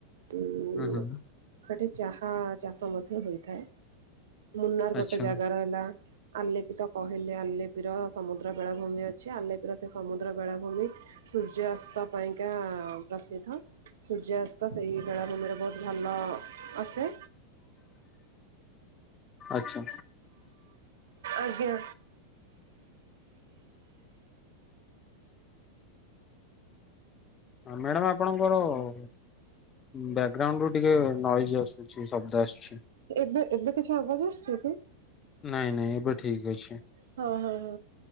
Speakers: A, on the right (about 60°); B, on the left (about 25°).
A: ଉଁ
B: ହୁଁ ହୁଁଁ।
A: ସେଠି ଚାହା ଚାଷ ମଧ୍ୟ ହୋଇଥାଏ ମୁନାର ଗୋଟେ
B: ଆଚ୍ଛା
A: ଜାଗା ରହିଲା ଆଲେପିତ କହିଲେ ଆଲେପିର ସମୁଦ୍ର ବେଳାଭୂମି ଅଛି ଆଲେପିର ସେ ସମୁଦ୍ର ବେଳାଭୂମି ସୂର୍ଯ୍ୟାଅସ୍ତ ପାଇଁକା ପ୍ରସିଦ୍ଧ ସୂର୍ଯ୍ୟାଅସ୍ତ ସେଇ ବେଳାଭୂମିରେ ବହୁତ ଭଲ ଅସେ।
B: ଆଚ୍ଛା
A: ଆଜ୍ଞା।
B: ହଁ ମ୍ୟାଡ଼ାମ ଆପଣଙ୍କର ଉଁ ବ୍ୟାଗଗ୍ରାଉଣ୍ଡ ରୁ ଟିକେ ନଏଜ ଆସୁଛି ଶବ୍ଦ ଆସୁଛି।
A: ଏବେ ଏବେ କିଛି ଆବାଜ ଆସୁଛି କି?
B: ନାଇଁ ନାଇଁ ଏବେ ଠିକ ଅଛି
A: ହଁ ହଁ